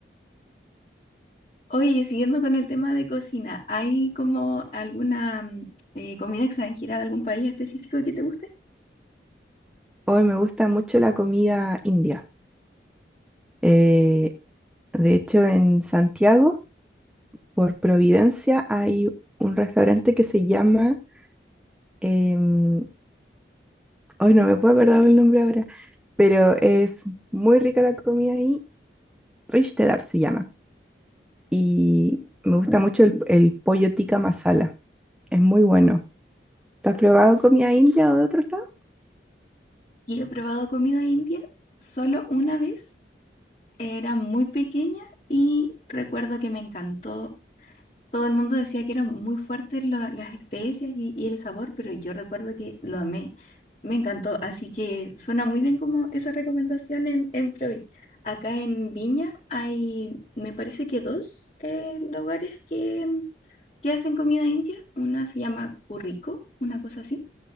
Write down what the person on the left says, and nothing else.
Oye, siguiendo con el tema de cocina, ¿hay como alguna mm, eh, comida extranjera de algún país específico que te guste?
Sí, he probado comida india solo una vez, era muy pequeña y recuerdo que me encantó Todo el mundo decía que eran muy fuertes la- las especias y, y el sabor, pero yo recuerdo que lo amé. Me encantó, así que suena muy bien como esa recomendación en, en Provi. Acá en Viña hay, me parece que dos eh, lugares que, mm, que hacen comida india. Una se llama Currico, una cosa así,